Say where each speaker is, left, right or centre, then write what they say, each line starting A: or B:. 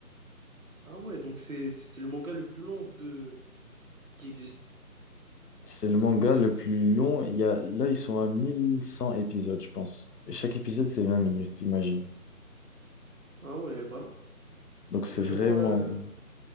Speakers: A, on the right (about 60°); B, on the left (about 90°).
A: Ah ouais, donc c'est c'est c'est le manga le plus long de qui existe.
B: C'est le manga le plus long. Il y a... Là, ils sont à 1100 épisodes, je pense. Et chaque épisode, c'est 20 minutes, imagine.
A: Ah ouais, bah,
B: Donc
A: c'est
B: c'est
A: vraiment
B: vraiment...
A: un...